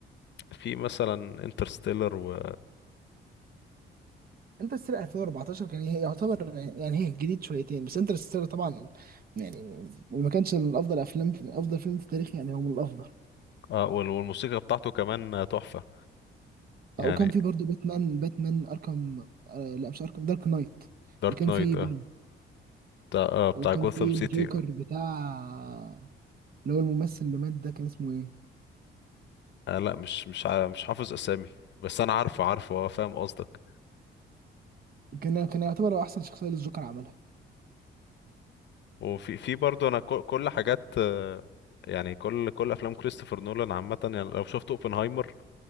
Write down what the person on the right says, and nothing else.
انترستيلر 2014 كان هي يعتبر يعني هي جديد شويتين بس انترستيلر طبعا يعني وما كانش من افضل افلام افضل فيلم في التاريخ يعني هو من الافضل
وكان في برضه باتمان باتمان اركم آه لا مش اركم دارك نايت
اللي كان
فيه
بين
وكان
فيه
الجوكر
بتاع اللي هو الممثل اللي مات ده كان اسمه ايه
كان كان يعتبر هو احسن شخصيه للجوكر عملها